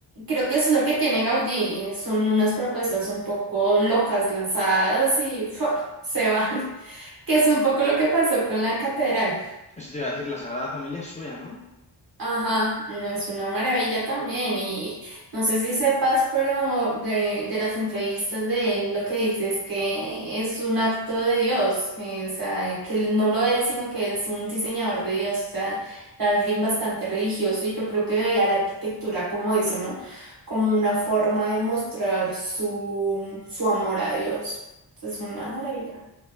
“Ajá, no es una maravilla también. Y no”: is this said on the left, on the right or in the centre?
Right